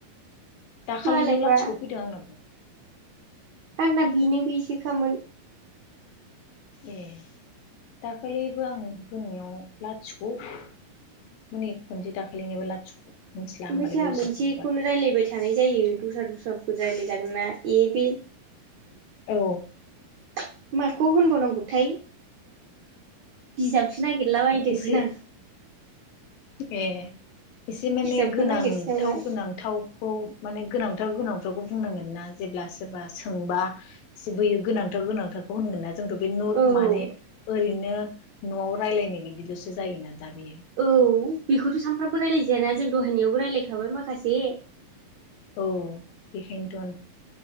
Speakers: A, on the left (about 80°); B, on the right (about 80°).
A: दाखालिनाव
B: मालायबा
A: लाथिख' फैदों आंनाबो
B: आंना बिनो बेसो खामोन
A: ए दाखालिबो आं होनायाव लाथिख' माने खनसे दाखालिनिबो लाथिख' मिथिला होमबालाय
B: ओमफ्राय जोंहा
A: बोरै
B: मोनसेखौनो
A: जाखो बेबा
B: रायलायबाय थानाय जायो दस्रा द ब्रा <unintelligible> रायलाय जागोन ना इ बे
A: औ
B: <unintelligible> माखौ होनबावनांगौथाय बिजाबसो नागिरला बायदोमोन
A: एसे
B: आं
A: ए एसे माने
B: बिजाबखौ
A: गोनांथाव
B: नागिरसै नामा
A: गोनांथावखौ माने गोनांथार गोनांथारखौ बुंनांगोन ना जेब्ला सोरबा सोंबा एसे बोयो गोनांथाव गोनांथारखौ होनगोन ना जोंथ' बे न
B: औ
A: माने ओरैनो न'आव रायलायनाय बिदिल'सै जायोना दा बे
B: औ बेखौथ' सानफ्रामबो रायलायजायाना जों दहायनियाव रायलायखाबाय माखासे
A: औ बेखायनोथ'